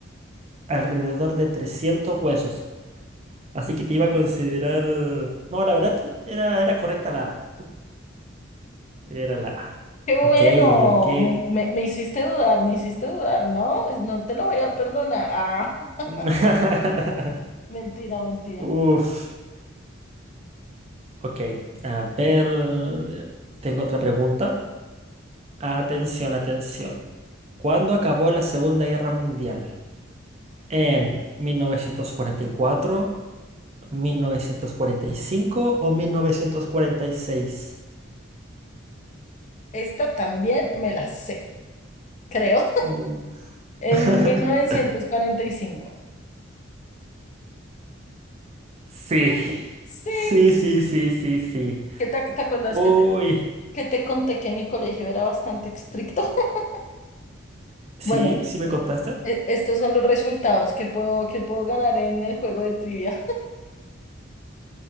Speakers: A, on the right; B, on the left.
A: alrededor de 300 huesos. Así que te iba a considerar... No, la verdad era, era correcta la A. Era la A.
B: Qué bueno,
A: Ok, ok.
B: me, me, me hiciste dudar, me hiciste dudar, ¿no? No te lo voy a perdonar. Ah, <laughs>
A: <laughs>
B: mentira, mentira.
A: Uf. Ok, a ver. Tengo otra pregunta. Atención, atención. ¿Cuándo acabó la Segunda Guerra Mundial? ¿En mil mil novecientos novecientos cuarenta cuarenta y cuatro, mil novecientos cuarenta y cinco o 1946?
B: Esta también me la sé, creo,
A: Uh.
B: en
A: <laughs>
B: mil novecientos cuarenta y cinco.
A: Sí,
B: Sí,
A: sí, sí, sí, sí, sí.
B: ¿qué te, te acuerdas
A: Uy,
B: que te, que te conté que mi colegio era bastante estricto? <laughs>
A: sí,
B: Bueno,
A: sí me contaste.
B: e- estos son los resultados que puedo, que puedo ganar en el juego de trivia.